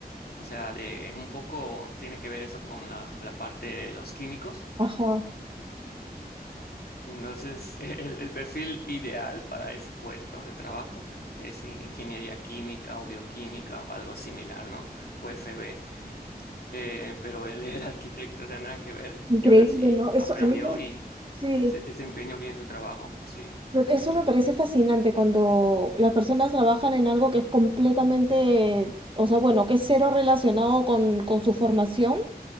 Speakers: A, on the left; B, on the right.
A: O sea, de un poco tiene que ver eso con la, la parte de los químicos
B: Ajá.
A: entonces, <laughs> el, el perfil ideal para ese puesto de trabajo es in- ingeniería química o bioquímica o algo similar, ¿no? UFB. Eh, pero él <laughs> era arquitecto, o sea, nada que ver,
B: Increíble,
A: y aún así
B: ¿no? Eso
A: aprendió
B: a mí me,
A: y
B: sí,
A: se desempeñó bien su trabajo. Sí,
B: me- eso me parece fascinante cuando las personas trabajan en algo que es completamente, o sea, bueno, que es cero relacionado con, con su formación